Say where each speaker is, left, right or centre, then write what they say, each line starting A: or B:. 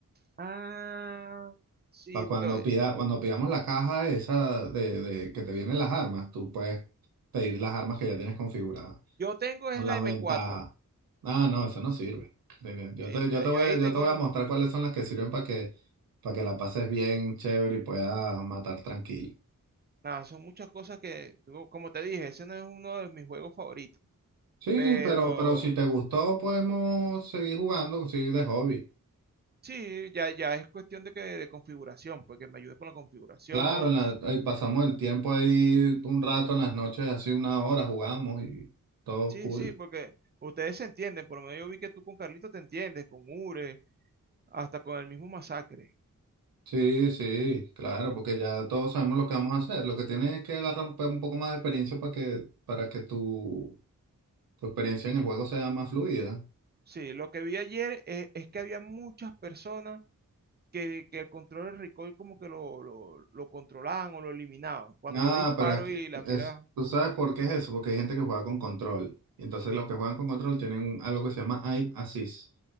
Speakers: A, on the right; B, on the right.
A: Ah, sí,
B: Para cuando
A: porque
B: pida, cuando pidamos la caja esa de, de que te vienen las armas, tú puedes pedir las armas que ya tienes configuradas,
A: yo tengo
B: con
A: es
B: las
A: la m
B: ventajas.
A: cuatro
B: Ah, no, eso no sirve. Ven, Yo
A: Sí,
B: te,
A: yo
B: yo te
A: yo
B: voy
A: ahí
B: a, yo
A: tengo.
B: te voy a mostrar cuáles son las que sirven para que, para que la pases bien, chévere y puedas matar tranquilo.
A: Nada, son muchas cosas que, como como te dije, ese no es uno de mis juegos favoritos.
B: Sí,
A: Pero
B: pero, pero si te gustó, podemos seguir jugando, sí, de hobby.
A: sí, ya, ya es cuestión de que de configuración, porque me ayudes con la configuración
B: Claro, en la- ahí pasamos el tiempo ahí un rato en las noches, así una hora jugamos y todo
A: Sí,
B: cool.
A: sí, porque ustedes se entienden, por lo menos yo vi que tú con Carlito te entiendes, con Ure, hasta con el mismo Masacre.
B: Sí, sí, claro, porque ya todos sabemos lo que vamos a hacer. Lo que tienes es que agarrar un, pe- un poco más de experiencia para que, para que tu, tu experiencia en el juego sea más fluida.
A: Sí, lo que vi ayer es, es que había muchas personas que, que el control del recoil como que lo, lo, lo controlaban o lo eliminaban. Cuando
B: Ah,
A: yo disparo
B: pero es, que-
A: y la mira
B: es- tú sabes por qué es eso, porque hay gente que juega con control. Y entonces los que juegan con control tienen un- algo que se llama aim assist,